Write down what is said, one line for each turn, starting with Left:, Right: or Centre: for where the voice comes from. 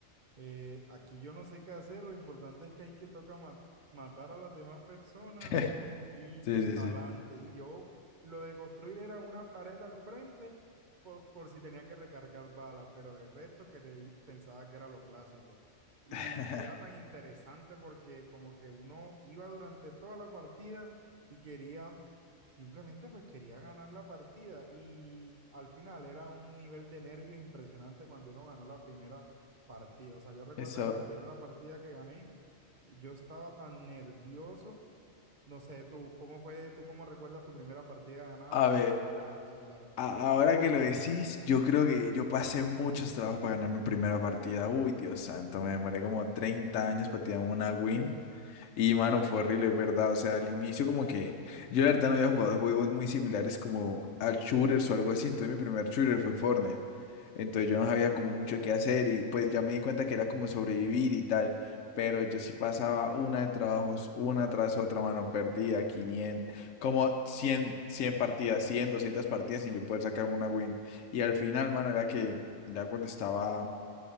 Right: Eh, aquí yo no sé qué hacer, lo importante es que hay que toca ma- matar a las demás personas
Left: <laughs>
Right: y,
Left: Sí,
Right: y para
Left: sí, sí.
Right: adelante. Y yo lo de construir era una pared al frente por, por si tenía que recargar balas, pero del resto creí- pensaba que era lo clásico. Y,
Left: <laughs>
Right: y era tan interesante porque como que uno iba durante toda la partida y quería, simplemente pues quería ganar la partida y al final era un nivel de nervios impresionante cuando uno ganó la primera partidas. O sea, yo recuerdo
Left: Eso,
Right: que la primera partida que gané, yo estaba tan nervioso. No sé, tú, ¿cómo fue? ¿Tú cómo recuerdas tu primera partida ganada
Left: a ver,
Right: en solitario, en solitario?
Left: a- ahora que lo decís, yo creo que yo pasé muchos trabajos para ganar mi primera partida. Uy, Dios santo, me demoré como 30 años para tirarme una win. Y mano, fue horrible, es verdad. O sea, al inicio como que yo la verdad no había jugado juegos muy similares como a shooters o algo así. Entonces mi primer shooter fue Fortnite. Entonces yo no sabía como mucho qué hacer y pues ya me di cuenta que era como sobrevivir y tal. Pero yo sí pasaba una de trabajos, una tras otra, mano, perdía 500, como cien cien partidas, cien doscientas partidas sin yo poder sacarme una win. Y al final, mano, era que ya cuando estaba...